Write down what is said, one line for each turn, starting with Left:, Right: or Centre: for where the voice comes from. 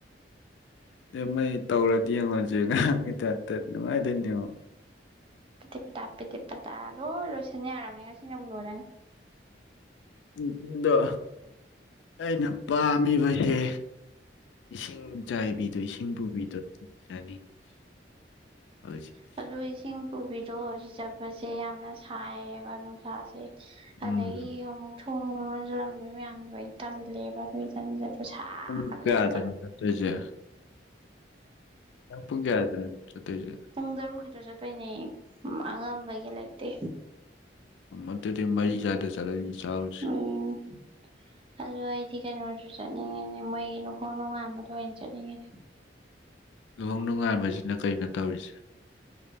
Left: ꯇꯦꯃꯩ ꯇꯧꯔꯗꯤ ꯌꯦꯡꯉꯨꯖꯦ ꯉꯔꯥꯡꯒꯤ ꯇꯥꯏꯞꯇ ꯅꯨꯡꯉꯥꯏꯗꯣꯏꯅꯦ ꯌꯦꯡꯉꯣ
Right: ꯄꯦꯗꯦꯛ ꯄꯦꯗꯥ ꯄꯦꯗꯦꯛ ꯄꯦꯗꯥ ꯂꯣꯏ ꯂꯣꯏꯁꯟ ꯌꯥꯔꯕꯅꯦ ꯉꯁꯤꯅꯕꯨ ꯂꯣꯏꯔꯅꯤ
Left: ꯄꯨ ꯄꯨꯗꯣ ꯑꯩꯅ ꯄꯥꯝꯃꯤꯕꯁꯦ ꯏꯁꯤꯡ ꯆꯥꯏꯕꯤꯗꯣ ꯏꯁꯤꯡ ꯄꯨꯕꯤꯗꯣ ꯑꯗꯨ ꯆꯥꯅꯤꯡꯉꯤ ꯍꯧꯖꯤꯛꯁꯤ
Right: ꯑꯗꯨ ꯏꯁꯤꯡ ꯄꯨꯕꯤꯗꯣ ꯍꯧꯖꯤꯛ ꯆꯠꯄꯁꯦ ꯌꯥꯝꯅ ꯁꯥꯏꯌꯦꯕ ꯅꯨꯡꯁꯥꯁꯦ
Left: ꯎꯝ
Right: ꯑꯗꯒꯤ ꯑꯃꯨꯛ ꯅꯣꯡꯅꯒ ꯆꯨꯔꯝꯗꯣꯏ ꯃꯌꯥꯝꯗꯣ ꯑꯩ ꯇꯜ ꯂꯦꯕ ꯑꯗꯨꯏ ꯖꯟꯖꯗꯨ ꯁꯒ꯭ꯔꯁꯤꯗ
Left: ꯄꯨꯡ ꯀꯌꯥꯗꯅꯣ ꯆꯠꯇꯣꯏꯁꯦ ꯅꯪ ꯄꯨꯡ ꯀꯌꯥꯗꯅꯣ ꯆꯠꯇꯩꯁꯦ
Right: ꯄꯨꯡ ꯇꯔꯨꯛꯀꯤꯗꯣ ꯆꯠꯇꯣꯏꯅꯦ ꯑꯉꯟꯕꯒꯤ ꯂꯩꯇꯦ
Left: ꯑꯗꯨꯗꯤ ꯃꯔꯤ ꯁ꯭ꯋꯥꯏꯗ ꯆꯠꯂꯒ ꯆꯥꯔꯨꯁꯤ
Right: ꯎꯝ ꯑꯗꯣ ꯑꯩꯗꯤ ꯀꯩꯅꯣ ꯆꯠꯅꯤꯡꯉꯦꯅꯦ ꯃꯣꯏ ꯂꯨꯍꯣꯡ ꯅꯣꯉꯥꯟꯕꯗꯣ ꯑꯣꯏꯅ ꯆꯠꯅꯤꯡꯉꯤꯅꯦ
Left: ꯂꯨꯍꯣꯡ ꯅꯨꯡꯉꯥꯟꯕꯁꯤꯅ ꯀꯩꯅꯣ ꯇꯧꯔꯤꯁꯦ